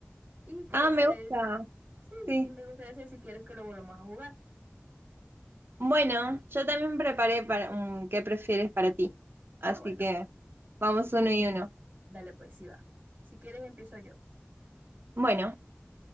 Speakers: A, on the right (about 30°); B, on the right (about 55°).
A: Y quería
B: Ah, me
A: saber,
B: gusta.
A: sí,
B: Sí.
A: y me gustaría saber si quieres que lo volvamos a jugar.
B: Bueno, yo también preparé para un ¿qué prefieres para ti? Así
A: Ah, bueno,
B: que vamos uno y uno.
A: dale pues, sí va. Si quieres empiezo yo.
B: Bueno,